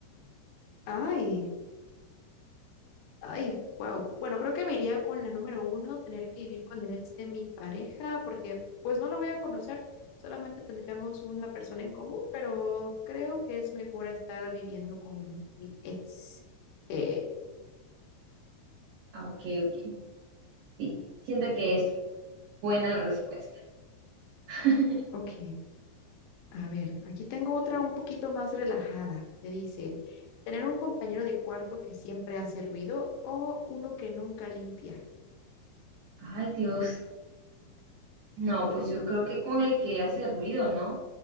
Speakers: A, on the left; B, on the right.
A: Ay, ay, wow. Bueno, creo que me iría con la número uno, tener que vivir con el ex de mi pareja, porque pues no la voy a conocer, solamente tendríamos una persona en común, pero creo que es mejor estar viviendo con mi ex. Eh,
B: Ah, ok, ok. Sí, siento que es buena la respuesta. <laughs>
A: Ok. A ver, aquí tengo otra un poquito más relajada. Te dice, tener un compañero de cuarto que siempre hace ruido o uno que nunca limpia.
B: Ay, Dios. No, pues yo creo que con el que hace ruido, ¿no?